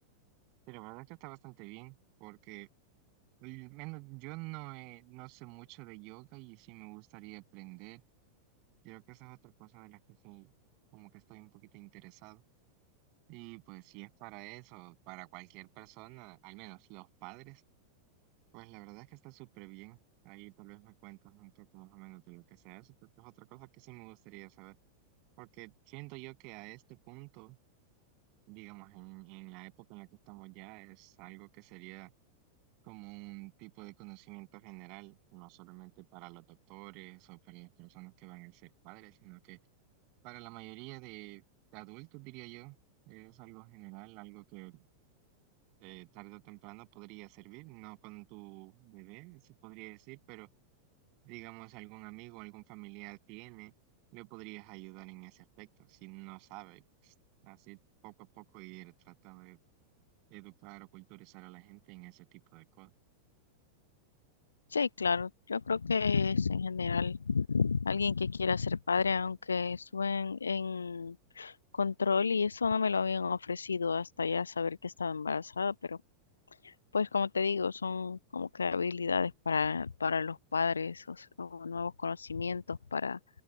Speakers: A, on the right; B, on the left.
A: Sí, la verdad que está bastante bien, porque al menos yo no, he- no sé mucho de yoga y sí me gustaría aprender. Creo que esa es otra cosa de la que sí, como que estoy un poquito interesado. Y pues si es para eso, para cualquier persona, al menos los padres, pues la verdad es que está súper bien. Ahí tal vez me cuentas un poco más o menos de lo que se hace, porque es otra cosa que sí me gustaría saber, porque siento yo que a este punto, digamos, en, en la época en la que estamos ya, es algo que sería como un tipo de conocimiento general, no solamente para los doctores o para las personas que van a ser padres, sino que para la mayoría de, de adultos, diría yo, es algo general, algo que eh, tarde o temprano podría servir, no con tu bebé, se podría decir, pero digamos algún amigo, algún familiar tiene, le podrías ayudar en ese aspecto, si no sabe, pues, así poco a poco ir tratando de educar o culturizar a la gente en ese tipo de cosas.
B: Sí, claro, yo creo que es en general alguien que quiera ser padre, aunque suben en control y eso no me lo habían ofrecido hasta ya saber que estaba embarazada, pero pues como te digo, son como que habilidades para, para los padres o, s- o nuevos conocimientos para